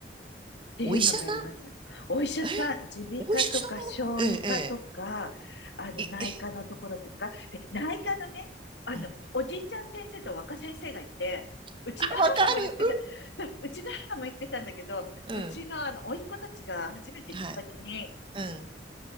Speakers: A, on the left (about 85°); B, on the right (about 30°).
A: っていうのがあります。
B: お医者さん
A: お医者さん、
B: え
A: 耳鼻科とか小児科とか、
B: お医者さんもええ、え
A: あの、
B: え、いえ、
A: 内科のところとか、で、内科のね、あの、
B: うん。
A: おじいちゃん先生と若先生がいて、
B: <laughs>
A: うちの母も言ってた、
B: あ、わかる。
A: そううちの母も言ってたんだけど、
B: うん。
A: うちのあの、
B: うん。
A: 甥っ子たちが初めて行った時に、
B: はい。うん。